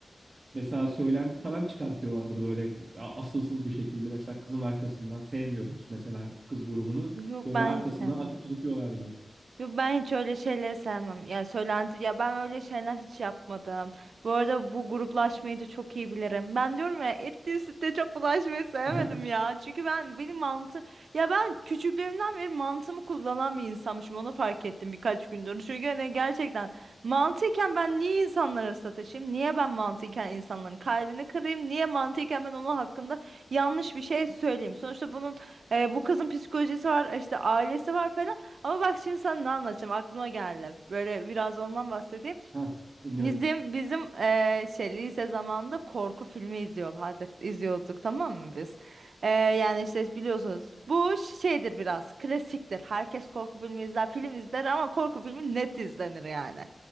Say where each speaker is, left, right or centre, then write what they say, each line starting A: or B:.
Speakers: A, on the right (about 35°); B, on the right (about 80°).
A: Mesela söylenti falan çıkartıyorlardı böyle a- asılsız bir şekilde. Mesela kızın arkasından sevmiyordunuz mesela kız grubunu.
B: Yok
A: Böyle
B: ben
A: arkasından
B: istemem.
A: atıp tutuyorlardı.
B: Yo, ben hiç öyle şeyleri sevmem. Ya söylenti ya ben öyle şeyler hiç yapmadım. Bu arada bu gruplaşmayı da çok iyi bilirim. Ben diyorum ya etli sütte çok bulaşmayı sevmedim
A: <laughs>
B: ya. Çünkü ben benim mantı ya ben küçüklüğümden beri mantımı kullanan bir insanmışım. Onu fark ettim birkaç gündür. Çünkü hani gerçekten mantıyken ben niye insanları sataşayım? Niye ben mantıyken insanların kalbini kırayım? Niye mantıyken ben onun hakkında yanlış bir şey söyleyeyim? Sonuçta bunun e, bu kızın psikolojisi var, işte ailesi var falan. Ama bak şimdi sana ne anlatacağım aklıma geldi. Böyle biraz ondan bahsedeyim.
A: Ha, dinliyorum.
B: Bizim bizim eee şey lise zamanında korku filmi izliyorlardı, izliyorduk tamam mı biz? Eee, yani işte biliyorsunuz bu şeydir biraz klasiktir. Herkes korku filmi izler, film izler ama korku filmi net izlenir yani.